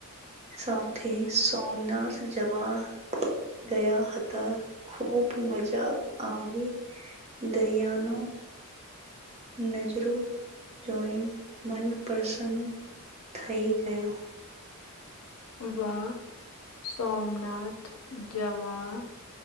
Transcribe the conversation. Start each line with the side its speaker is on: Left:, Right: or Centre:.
Right: સાથે સોમનાથ જવા. ગયા હતા ખૂબ મજા આવી દરિયાનો. નજરો જોઈ મનપસન્ન થઈ ગયો.
Left: વાહ સોમનાથ જવા